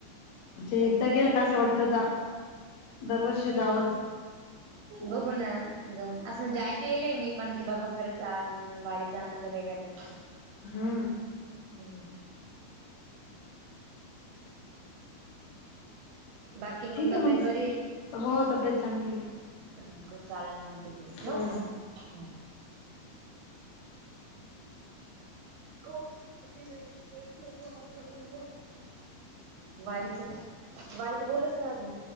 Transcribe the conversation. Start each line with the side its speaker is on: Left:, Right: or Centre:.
Left: म्हणजे एकदा गेलं का असं वाटतं जा दरवर्षी जावंच.
Right: बघू ना. जाऊन असं म्हणजे ऐकलेलं आहे मी पण की, बाबा खरंच वारीचा आनंद वेगळाच असतो.
Left: हा...
Right: ह... बाकी मग
Left: ठीक
Right: तब्येत
Left: आहे
Right: बरी आहे.
Left: हो तब्येत चांगली आहे
Right: होक चालेल मग ठीके ठेवू
Left: हो
Right: का? हो.. गो किती जणी तेच-तेच वारीचं बोलू राहता का. वारीचं, वारीचं बोललोच नाही आधी.